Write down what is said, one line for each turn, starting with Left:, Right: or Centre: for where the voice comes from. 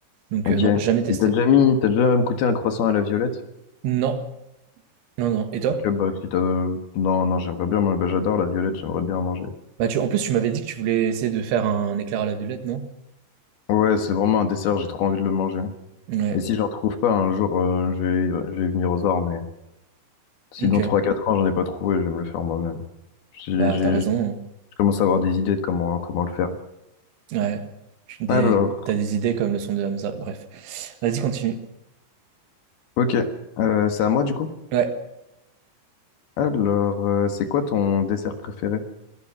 Right: donc,
Left: Ok.
Right: euh, non,
Left: Et
Right: jamais testé.
Left: T'as déjà mis, t'as déjà goûté un croissant à la violette?
Right: Non, non, non. Et toi?
Left: Ok, bah si t'as... Non, non, j'aimerais bien, moi, bah, j'adore la violette, j'aimerais bien en manger.
Right: Bah, tu... En plus, tu m'avais dit que tu voulais essayer de faire un éclair à la violette, non?
Left: Ouais, c'est vraiment un dessert, j'ai trop envie de le manger.
Right: Ouais,
Left: Et si j'en trouve pas un jour, euh, je vais, je vais venir aux arts, mais si
Right: ok.
Left: dans trois quatre ans j'en ai pas trouvé, je vais me le faire moi-même. J'ai-
Right: Bah,
Left: j'ai-
Right: t'as raison.
Left: Je commence à avoir des idées de comment, comment le faire.
Right: hein. Ouais. Des-
Left: Alors,
Right: T'as des idées comme le son de Hamza. Bref. Vas-y, continue.
Left: ok. Euh, c'est à moi du coup?
Right: Ouais.
Left: Alors, euh, c'est quoi ton dessert préféré?